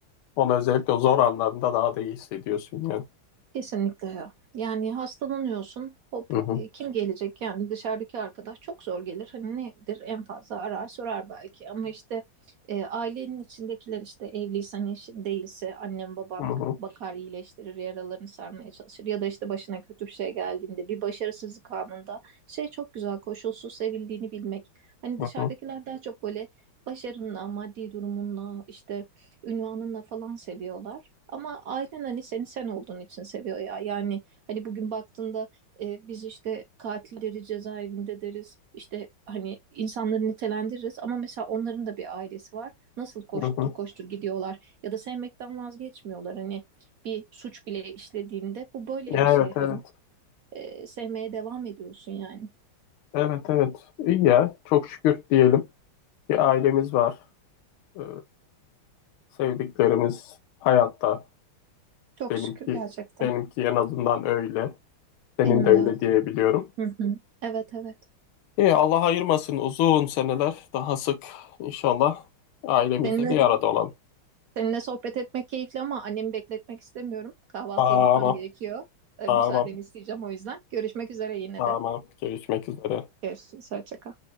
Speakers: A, on the left; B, on the right.
A: Onu özellikle o zor anlarında daha da iyi hissediyorsun yani.
B: Kesinlikle ya. Yani hastalanıyorsun. Hop
A: Hı hı,
B: e, kim gelecek? Yani dışarıdaki arkadaş çok zor gelir. Hani nedir? En fazla arar sorar belki. Ama işte e, ailenin içindekiler işte evliysen eşin değilse annen baban
A: hı hı,
B: bakar iyileştirir yaralarını sarmaya çalışır. Ya da işte başına kötü bir şey geldiğinde bir başarısızlık anında şey çok güzel koşulsuz sevildiğini bilmek. Hani
A: hı
B: dışarıdakiler
A: hı,
B: daha çok böyle başarınla, maddi durumunla, işte ünvanınla falan seviyorlar. Ama ailen hani seni sen olduğun için seviyor ya. Yani hani bugün baktığında e, biz işte katilleri cezaevinde deriz. İşte hani insanları nitelendiririz. Ama mesela onların da bir ailesi var. Nasıl koştur
A: hı hı.
B: koştur gidiyorlar. Ya da sevmekten vazgeçmiyorlar. Hani bir suç bile işlediğinde bu böyle
A: Ya
B: bir şey.
A: Evet
B: Hani
A: evet.
B: e, sevmeye devam ediyorsun yani.
A: Evet evet. İyi ya. Çok şükür diyelim. Bir ailemiz var. Ee, sevdiklerimiz hayatta.
B: Çok
A: Benimki
B: şükür gerçekten.
A: benimki en azından öyle. Senin
B: Benim
A: de öyle
B: de öyle.
A: diyebiliyorum.
B: Hı hı. Evet evet.
A: İyi, Allah ayırmasın uzun seneler daha sık inşallah ailemizle
B: Senin de-
A: bir arada olalım.
B: Seninle sohbet etmek keyifli ama annemi bekletmek istemiyorum. Kahvaltıya
A: Tamam,
B: gitmem gerekiyor. Ee,
A: tamam,
B: Müsaadeni isteyeceğim o yüzden. Görüşmek üzere yine
A: tamam.
B: de.
A: Görüşmek üzere.
B: Görüşürüz. Hoşça kal.